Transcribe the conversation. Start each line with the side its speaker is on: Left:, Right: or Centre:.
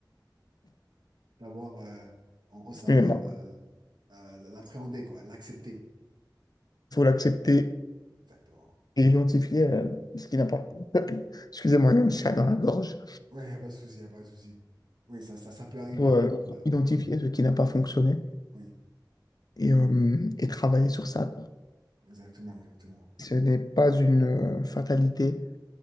Right: Savoir, euh, en gros, savoir
Left: excusez-moi,
Right: euh, euh, l'appréhender, quoi, l'accepter.
Left: il faut l'accepter
Right: Exactement.
Left: et identifier euh, ce qui n'a pas. <laughs> Excusez-moi, il y a un chat dans la gorge.
Right: Oui, il n'y a pas de souci, il n'y a pas de souci. Oui, ça, ça, ça peut arriver.
Left: Il faut euh,
Right: euh,
Left: identifier ce qui n'a pas fonctionné
Right: oui,
Left: et, euh, et travailler sur ça, quoi.
Right: exactement, exactement.
Left: Ce n'est pas une euh, fatalité.